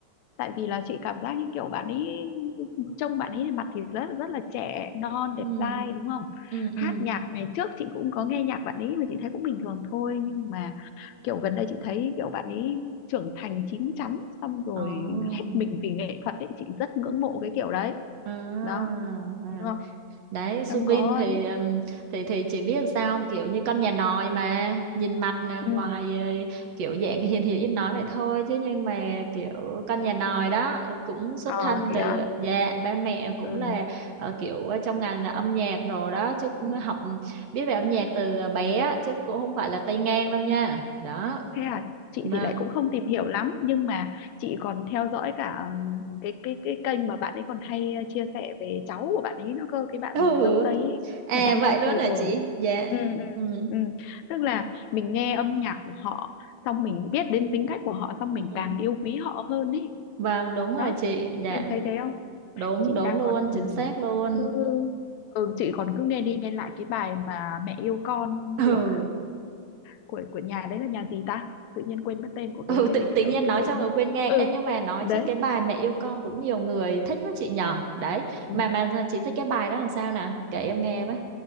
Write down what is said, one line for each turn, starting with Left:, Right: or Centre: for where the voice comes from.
Left: tại vì là chị cảm giác như kiểu bạn ấy trông bạn ấy mặt thì rất rất là trẻ non đẹp
Right: Ừ,
Left: dai đúng không
Right: ừ,
Left: hát
Right: ừ.
Left: nhạc ngày trước chị cũng có nghe nhạc bạn ấy mà chị thấy cũng bình thường thôi nhưng mà Kiểu gần đây chị thấy kiểu bạn ấy trưởng thành chín chắn xong rồi
Right: Ồ,
Left: hết mình vì nghệ thuật ấy, chị rất ngưỡng mộ cái kiểu đấy.
Right: à,
Left: Đó,
Right: à.
Left: đúng không?
Right: đấy Subin
Left: Xong có
Right: thì ừm, thì thì chỉ biết sao không? kiểu như con nhà nòi mà nhìn mặt là
Left: ừ.
Right: ngoài ờ, kiểu dạng hiền hiền ít nói vậy thôi chứ nhưng mà kiểu con nhà nòi đó ờ, cũng xuất
Left: Ờ
Right: thân
Left: thế
Right: từ
Left: à.
Right: dạ ba mẹ cũng
Left: Ừ.
Right: là ờ, kiểu ờ, trong ngành là âm nhạc đồ đó chứ cũng
Left: ừ.
Right: học biết về âm nhạc từ ờ, bé á, chứ cũng không phải là tay ngang đâu nha đó
Left: Thế à, chị
Right: vâng
Left: thì lại cũng không tìm hiểu lắm nhưng mà chị còn theo dõi cả ừ, cái cái cái kênh mà bạn ấy còn hay ờ, chia sẻ về cháu của bạn ấy nữa cơ, cái bạn
Right: ừ
Left: dâu Tây ấy
Right: à
Left: mà đáng
Right: vậy
Left: yêu
Right: luôn
Left: thôi
Right: hả
Left: rồi.
Right: chị dạ
Left: Ừ ừ
Right: ừ
Left: ừ. Tức là mình nghe âm nhạc của họ xong mình biết đến tính cách của họ xong
Right: ừ,
Left: mình càng yêu quý họ hơn ý
Right: vâng đúng rồi
Left: đó
Right: chị dạ
Left: em thấy thế không
Right: đúng
Left: chị
Right: đúng
Left: đang
Right: luôn
Left: còn
Right: chính
Left: ừ,
Right: xác luôn
Left: cứ ừ, chị còn cứ nghe đi nghe lại cái bài mà mẹ yêu con
Right: ừ
Left: của của của nhà đấy là nhà gì ta tự nhiên quên mất tên của
Right: ừ
Left: cái
Right: tự
Left: cái
Right: tự nhiên
Left: đội cái
Right: nói
Left: đội
Right: xong
Left: nhỉ?
Right: rồi quên ngang
Left: ừ
Right: Ê, nhưng mà nói
Left: đấy
Right: chứ cái bài mẹ yêu con cũng nhiều người thích với chị nhỏ đấy
Left: Ừ.
Right: mà mà chị thích cái bài đó làm sao nè kể em nghe với